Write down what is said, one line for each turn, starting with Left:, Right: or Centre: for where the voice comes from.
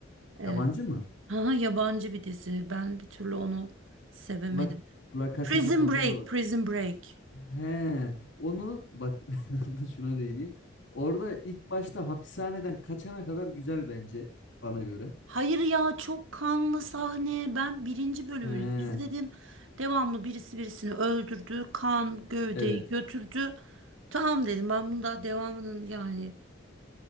Right: E,
Left: Yabancı mı?
Right: ha, yabancı bir dizi. Ben bir türlü onu sevemedim.
Left: La, La Casa
Right: Prison
Left: de Papel
Right: Break,
Left: olan.
Right: Prison Break.
Left: He, onu bak <laughs> da şuna değineyim. Orada ilk başta hapishaneden kaçana kadar güzel bence bana göre.
Right: Hayır ya çok kanlı sahne. Ben birinci bölümünü
Left: He,
Right: izledim. Devamlı birisi birisini öldürdü. Kan gövdeyi
Left: evet.
Right: götürdü. Tamam dedim ben bunun daha devamının yani